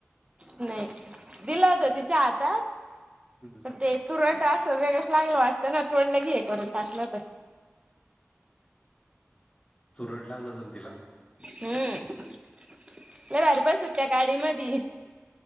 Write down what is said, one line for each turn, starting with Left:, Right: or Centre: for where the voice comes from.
Right: नाही दिलं होत तिच्या हातात
Left: हम्म.
Right: म तूर्यट वेगच लागल वाटत ना तोडलं घी हे करून टाकलं तर.
Left: चुरट लागलं सण तिला
Right: हम्म ल घर बसत त्या गाडी मध